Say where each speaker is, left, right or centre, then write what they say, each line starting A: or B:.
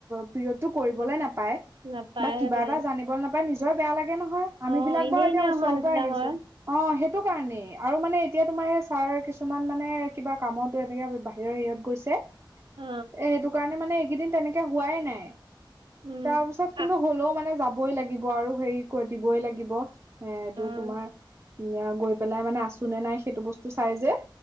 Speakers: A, on the right; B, on the right.
A: পিৰিয়ডটো কৰিবলৈ নাপায়। পায়,
B: নাপায়
A: বা কিবা
B: সেইটোৱে
A: এটা জানিব না নিজৰ বেয়া লাগে নহয়,
B: অ
A: আমি বিলাক
B: এনেই
A: বাৰু এতিয়া
B: এনে
A: ওচৰৰ
B: অহা নিচিনা
A: পৰা আহিছো,
B: হয়
A: অ সেইটো কাৰণেই আৰু মানে এতিয়া তোমাৰ ছাৰ কিছুমান মানে, কিবা কামত এনেকে বাহিৰৰ হেৰিত গৈছে। এ
B: অ
A: সেইটো কাৰণে মানে এইকেইদিন তেনেকে হোৱাই নাই।
B: উম
A: তাৰপিছত কিন্তু
B: আ
A: হলেও মানে যাবই লাগিব আৰু হেৰি কৰি দিবই লাগিব। এ এইটো
B: অ
A: তোমাৰ, গৈ পেলাই মানে আছো নে নাই সেইটো বস্তু চাই যে।